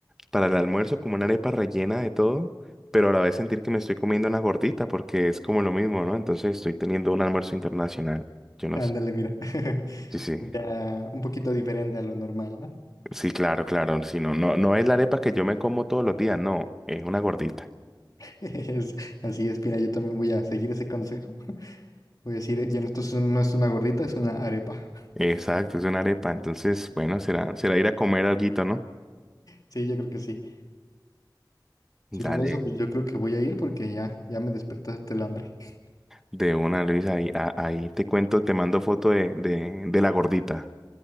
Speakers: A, in the centre; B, on the left (about 55°).
A: para el almuerzo como una arepa rellena de todo, pero a la vez sentir que me estoy comiendo una gordita porque es como lo mismo, ¿no? Entonces estoy teniendo un almuerzo internacional. Yo no
B: Ándale,
A: sé.
B: mira, <laughs>
A: Sí, sí.
B: ya un poquito diferente a lo normal, ¿no?
A: Sí, claro, claro. Sí, no, no, no es la arepa que yo me como todos los días, no, es una gordita.
B: <laughs> Es- así es, mira, yo también voy a seguir ese consejo. Voy a decir, ya no, esto es un- no es una gordita, es una arepa. <laughs>
A: Exacto, es una arepa. Entonces, bueno, será, será ir a comer alguito, ¿no?
B: Sí, yo creo que sí.
A: Dale.
B: Si hablando de eso, pues yo creo que voy a ir porque ya, ya me despertaste el hambre. <laughs>
A: De una, Luis, ahí, a- ahí te cuento, te mando foto de, de, de la gordita.